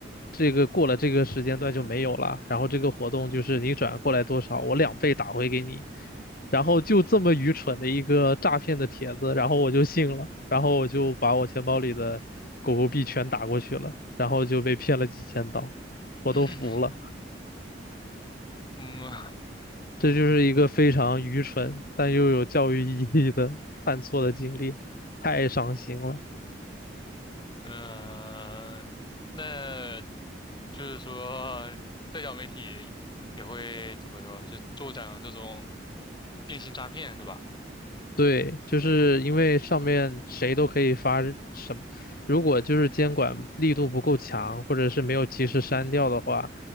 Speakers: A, on the left; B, on the left.
A: 这个过了这个时间段就没有了，然后这个活动就是你转过来多少，我两倍打回给你。然后就这么愚蠢的一个诈骗的帖子，然后我就信了。然后我就把我钱包里的狗狗币全打过去了，然后就被骗了几千刀，
B: <laughs>
A: 我都服了。
B: <clears throat> 嗯嗯，
A: 这就是一个非常愚蠢但又有教育意义的 <laughs> 犯错的经历，太伤心了。
B: 嗯，那就是说，社交媒体也会怎么说，就助长这种电信诈骗是吧？
A: 对，就是因为上面谁都可以发什么，如果就是监管力度不够强，或者是没有及时删掉的话，